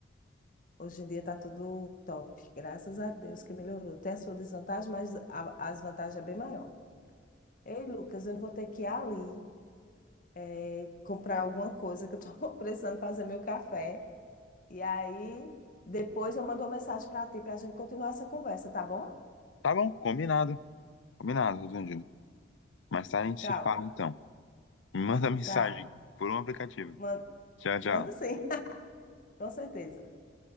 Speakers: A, on the left; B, on the left.
A: Hoje em dia está tudo top. Graças a Deus que melhorou. Tem a sua desvantagem, mas a- as vantagens é bem maior. Ei, Lucas, eu vou ter que ir ali. é, comprar alguma coisa que eu tô <laughs> precisando fazer meu café. E aí, depois eu mando uma mensagem para ti para a gente continuar essa conversa, tá bom?
B: Tá bom, combinado. Combinado, Rosandino. Mais tarde a gente
A: Tchau,
B: se fala então. Me manda <laughs> mensagem
A: tchau.
B: por um aplicativo.
A: Man-
B: Tchau, tchau.
A: Manda sim, <laughs> com certeza.